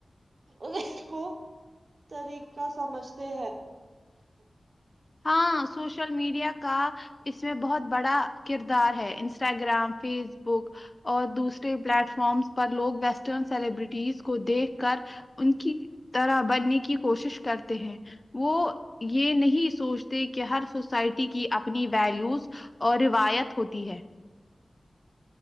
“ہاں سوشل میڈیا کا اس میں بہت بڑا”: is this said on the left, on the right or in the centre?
Left